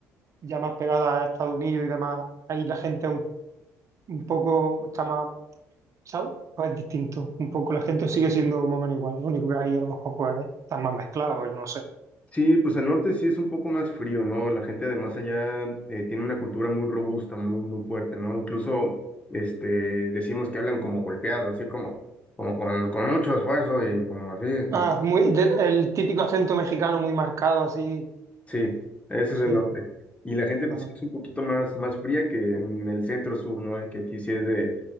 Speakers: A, on the right; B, on the left.
A: ya más pegada a Estados Unidos y demás, ahí la gente un, un poco está más, ¿sabes? O es distinto, un poco la gente sigue siendo más o menos igual, lo único que ahí a lo mejor pues están más mezclados, yo no sé.
B: Sí, pues al norte sí es un poco más frío, ¿no? La gente además allá eh, tiene una cultura muy robusta, muy, muy fuerte, ¿no? Incluso, este, decimos que hablan como golpeado, así como, como con, con mucho esfuerzo y como así, con-
A: Ah, muy, de- el típico acento mexicano muy marcado así,
B: Sí, ese
A: sí.
B: es el norte. Y la gente pues
A: Ah,
B: sí es un poquito más, más fría que en el centro sur, ¿no? Y Que aquí sí es de,